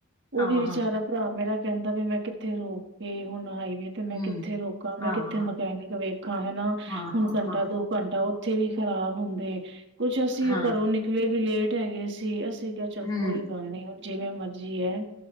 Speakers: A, on the left; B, on the right.
A: ਹਾਂ
B: ਉਹ ਵੀ ਵਿਚਾਰਾ
A: ਹਾਂ
B: ਭਰਾ ਮੇਰਾ। ਕਹਿੰਦਾ ਵੀ ਮੈਂ ਕਿੱਥੇ ਰੋ ਕੇ ਹੁਣ ਆਈ। ਤੇ ਮੈਂ
A: ਹੂੰ
B: ਕਿੱਥੇ ਰੋਕ। ਮੈਂ
A: ਹਾਂ
B: ਕਿੱਥੇ
A: ਹਾਂ
B: ਮਕੈਨਿਕ ਵੇਖਾ ਹਨਾ
A: ਹਾਂ
B: ਹੁਣ
A: ਹਾਂ
B: ਘੰਟਾ
A: ਹਾਂ
B: ਦੋ ਘੰਟਾ। ਉੱਥੇ ਵੀ ਖ਼ਰਾਬ ਹੁੰਦੇ। ਕੁਛ ਅਸੀਂ
A: ਹਾਂ
B: ਘਰੋ ਨਿਕਲੇ ਵੀ ਲੇਟ। ਰੈ ਗਏ ਸੀ ਅਸੀ। ਗਾ ਚਲ
A: ਹੂੰ
B: ਕੋਈ ਗੱਲ ਨੀ। ਜਿਵੇਂ ਮਰਜੀ ਹੈਂ।